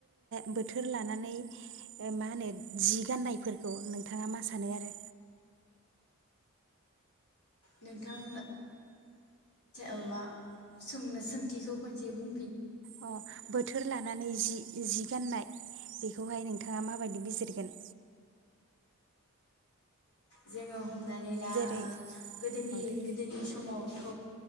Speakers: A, on the right; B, on the left.
A: बो थोर लानानै मा होनो जि गान्नायफोरखौ नोंथाङा मा सानो आरो?
B: नोंथां ओ <inaudible> सोंनो-सोंथिखौ खनसे बुं
A: अ बोथोर लानानै जि जि गाननाय बेखौहाय नोंथाङा माबायदि बिजिरगोन?
B: जोङो हमनानै ला
A: जेरै
B: गोदोनि
A: औ दे
B: गोदोनि समाव थ'